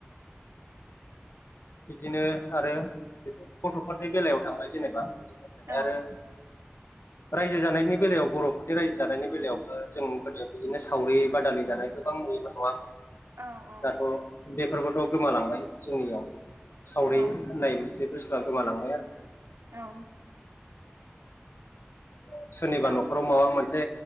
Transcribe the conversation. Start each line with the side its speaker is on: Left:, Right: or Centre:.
Left: बिदिनो आरो बे गथ'फोरनि बेलायाव थांबाय जेनेबा
Right: औ
Left: आरो रायजो जानायनि बेलायाव बर'फोरनि रायजो जानायनि बेलायावबो जों गोदोनिफ्रायनो बिदिनो सावरि बादालि जानाय गोबां नुयोमोन नङा
Right: औ औ
Left: दाथ' बेफोरबोथ' गोमालांबाय जोंनियाव सावरि
Right: औ
Left: होननाय मोनसे बुस्थुआ गोमालांबाय आरो।
Right: औ
Left: <inaudible> सोरनिबा
Right: दाथ'
Left: न'खराव माबा मोनसे